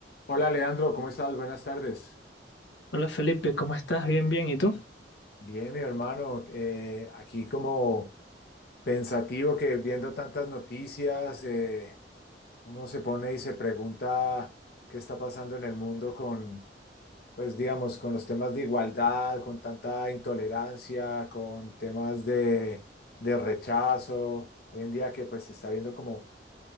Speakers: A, on the left; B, on the left.
A: Hola Leandro, ¿cómo estás? Buenas tardes.
B: Hola Felipe, ¿cómo estás? Bien, bien. ¿Y tú?
A: Bien, mi hermano, eh, aquí como pensativo que viendo tantas noticias, eh, uno se pone y se pregunta qué está pasando en el mundo con, pues digamos, con los temas de igualdad, con tanta intolerancia, con temas de, de rechazo. Hoy en día que pues se está viendo como